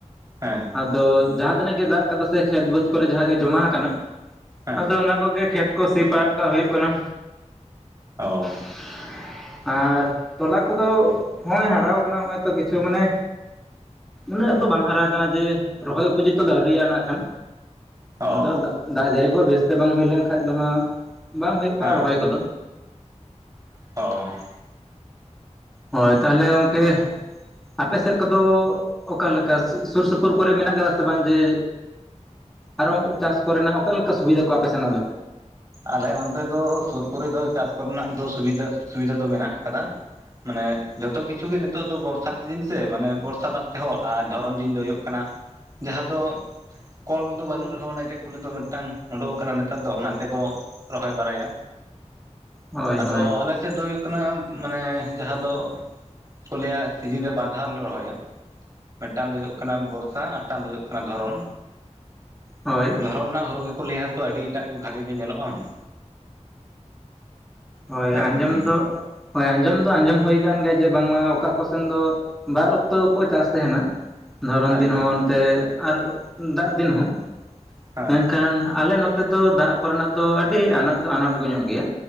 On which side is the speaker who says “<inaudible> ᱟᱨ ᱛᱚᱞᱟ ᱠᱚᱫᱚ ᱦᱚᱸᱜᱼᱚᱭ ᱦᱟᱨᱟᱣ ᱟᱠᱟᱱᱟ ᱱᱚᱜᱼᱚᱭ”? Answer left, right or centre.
Centre